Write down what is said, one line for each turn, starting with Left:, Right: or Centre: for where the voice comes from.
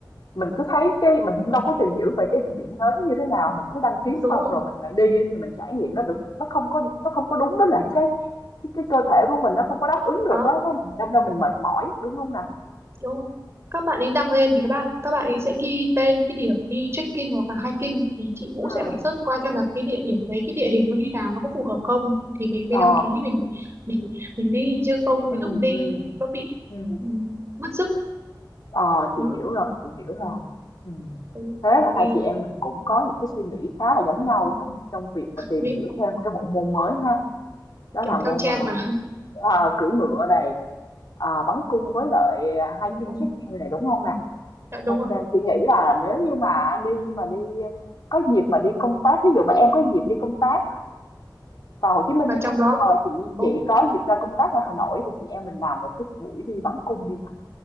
Left: mình cứ thấy cái mình cũng đâu có tìm hiểu về cái địa điểm đó nó như thế nào mình cứ đăng ký
Right: đúng
Left: xong
Right: rồi
Left: rồi mình lại đi á, thì mình trải nghiệm nó được nó không có nó không có đúng với lại cái cái, cái cơ thể của mình nó không có đáp ứng được
Right: đó
Left: đó cái mình đâm ra mình mệt mỏi đúng không nè
Right: đúng rồi các bạn ấy đăng lên thì các bạn các bạn ấy sẽ ghi tên cái điểm đi trekking hoặc là hiking thì chị cũng
Left: Ừ.
Right: sẽ phải search qua xem là cái địa điểm đấy cái địa hình nó như nào nó có phù hợp không thì mình mới
Left: ờ
Right: đăng ký mình mình mình đi chứ không
Left: ừ
Right: đến lúc đi
Left: ừ
Right: ấy, nó bị
Left: ừ
Right: ừ, mất sức
Left: ờ
Right: đó
Left: chị hiểu rồi chị hiểu rồi ừ.
Right: ừ,
Left: thế là
Right: ừ,
Left: hai chị em mình cũng có những cái suy nghĩ khá là giống nhau đúng không trong việc mà tìm
Right: nghĩ
Left: hiểu thêm cái bộ môn mới ha đó
Right: kiểu
Left: là môn
Right: theo trend
Left: mà
Right: mà
Left: à, cưỡi ngựa này à, bắn cung với lại
Right: Ừ,
Left: hiking
Right: cũng
Left: trekking này đúng không nè
Right: dạ đúng
Left: Ok,
Right: rồi
Left: chị nghĩ là nếu như mà đi mà đi có dịp mà đi công tác, ví dụ mà em có dịp đi công tác vào Hồ Chí Minh
Right: và
Left: á,
Right: trong đó
Left: hoặc chị
Right: ok,
Left: chị có dịp ra công tác ở Hà Nội thì chị em mình làm một cái buổi đi bắn cung đi nào